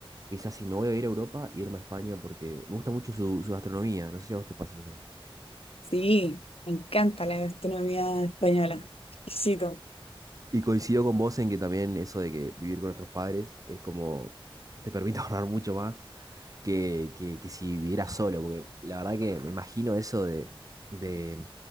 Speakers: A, on the right (about 35°); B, on the left (about 80°).
A: quizás si me voy a ir a Europa, irme a España porque me gusta mucho su, su gastronomía. No sé si a vos te pasa eso.
B: Sí, me encanta la gastronomía española. Exquisito.
A: Y coincido con vos en que también eso de que vivir con nuestros padres es como, te permite <laughs> ahorrar mucho más que, que, que si vivieras solo, porque la verdad que me imagino eso de, de,